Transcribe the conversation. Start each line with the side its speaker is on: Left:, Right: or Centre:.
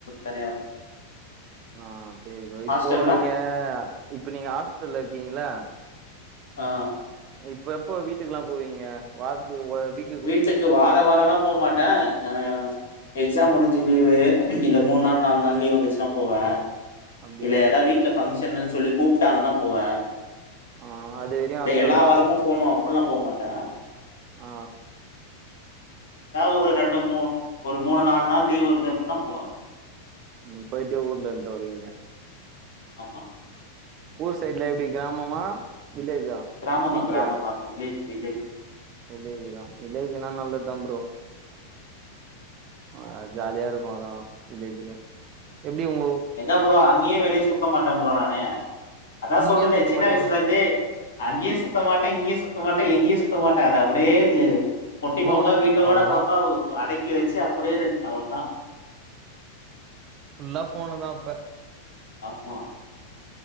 Left: தனியா இருப்
Right: ஆ சேரி ப்ரோ இப்போ
Left: ஹாஸ்டல்ல
Right: நீங்க இப்ப நீங்க ஹாஸ்டல்ல இருக்கீங்கல்ல
Left: ஆ
Right: இப்ப எப்போ வீட்டுக்கு எல்லா போவீங்க வாரத்துக்கு ஒரு <unintelligible>
Left: வீட்டுக்கு வார வார லா போகமாட்டே அ எக்ஸாம் முடிஞ்சு லீவு இல்ல மூணு நாள் நாலு நாள் லீவ் வந்துச்சுன்னா போவே
Right: அப்டியா
Left: இல்ல ஏதா வீட்ல ஃபங்க்ஷன்னு சொல்லி கூப்டாங்கன்னா போவே
Right: ஆ அது வரையு ஹாஸ்டல்
Left: டே எல்லா
Right: தா
Left: வாரமு போனு அப்பில்லா போ மாட்டே
Right: ஆ
Left: ஏ ஒரு ரெண்டு மூ ஒரு மூணு நாலு நாள் லீவ் வருது அப்டின்னா போவே
Right: ம் போயிட்டு ஊர்ல இருன்ட்டு வருவீங்க
Left: ஆமா
Right: ஊர் சைட்ல எப்டி கிராமமா வில்லேஜா
Left: கிராமம்
Right: சிட்டியா
Left: தா கிராமம் தா வில்லேஜ் வில்லேஜ்
Right: வில்லேஜ் தா வில்லேஜ் னா நல்லது தா ப்ரோ அ அது ஜாலியா இருக்கு அதெல்லா வில்லேஜ்ல எப்டி உங்க ஊ
Left: எங்க ப்ரோ அங்கேயே வெளிய சுத்த மாட்டே ப்ரோ நானு அதா
Right: அங்கேயே
Left: சொல்றேனே
Right: சுத்த
Left: சின்ன
Right: மாட்டீங்களா
Left: வயசுல இருந்தே அங்கேயு சுத்தமாட்டே இங்கேயு சுத்தமாட்டே எங்கேயு சுத்தமாட்டே அது அப்டியே பொட்டி
Right: ஃபோனு
Left: பாம்பா வீட்டோட
Right: அவ்ளோதா
Left: பாம்பா ஒ அடக்கி வச்சு அப்டியே இரு அவளதா
Right: ஃபுல்லா ஃபோனு தா அப்ப
Left: ஆமா